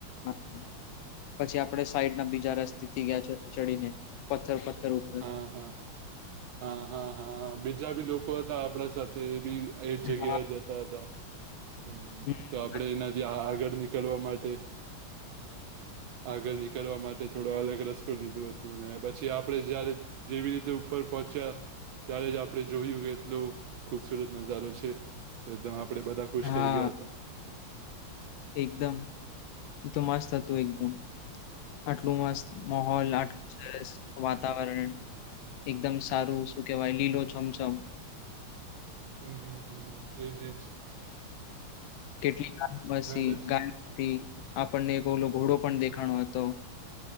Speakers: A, on the left (about 75°); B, on the right (about 75°).
A: હા. પછી આપણે સાઈડ ના બીજા રસ્તેથી ગિયા ચ ચડીને. પથ્થર પથ્થર ઉપર
B: હા, હા. હા, હા, હા. બીજા બી લોકો હતા આપણા સાથે, એ બી એજ
A: હા
B: જગ્યાએ જતા હતા. હમ્મ.
A: હમ
B: તો આપણે એનાથી આગળ નીકળવા માટે આગળ નીકળવા માટે થોડો અલગ રસ્તો લીધો હતું. ને પછી આપણે જ્યારે જેવી રીતે ઉપર પહોંચ્યા ત્યારે જ આપણે જોયું એટલુ ખુબસુરત નજારો છે. તો એકદમ આપણે બધા ખુશ
A: હા
B: થઇ ગિયા તા.
A: એકદમ. એ તો મસ્ત હતું એકદમ. આટલું મસ્ત મહોલ આટલું સરસ વાતાવરણ, એકદમ સારું શું કહેવાય લીલો છમછમ.
B: હમ્મ-હમ્મ-હમ્મ-હમ્મ. એજ-એજ.
A: કેટલી <unintelligible> પસી
B: પછી
A: ગાય હતી, આપણને એક ઓલો ઘોડો પણ દેખાડો હતો.